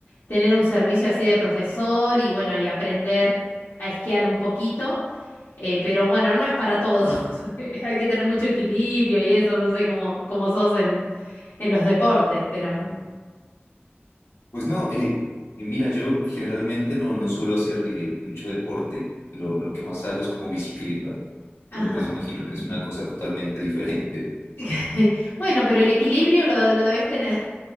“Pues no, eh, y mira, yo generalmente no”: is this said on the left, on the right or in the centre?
Left